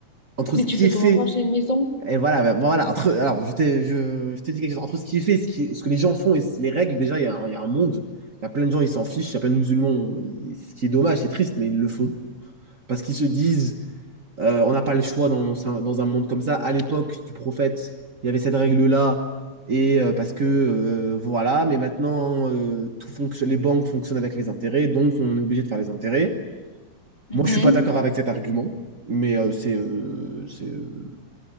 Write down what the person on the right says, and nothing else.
entre
ce
qui
est
fait
Et voilà, ben, bon, voilà, entre, alors je t'ai je, je t'ai dit quelque chose. Entre ce qui est fait, ce, qui, ce que les gens font et les règles, déjà, il y a, un- il y a un monde. Il y a plein de gens, ils s'en fichent. Il y a plein de musulmans. ils- ce qui est dommage, c'est triste, mais ils le font. Parce qu'ils se disent, euh, on n'a pas le choix dans, un- dans un monde comme ça. À l'époque du prophète, il y avait cette règle-là. Et euh, parce que, euh, voilà, mais maintenant, euh, tout fonctionne, les banques fonctionnent avec les intérêts, donc on est obligé de faire les intérêts.
Moi, je suis pas d'accord avec cet argument, mais euh, c'est euh, c'est, euh,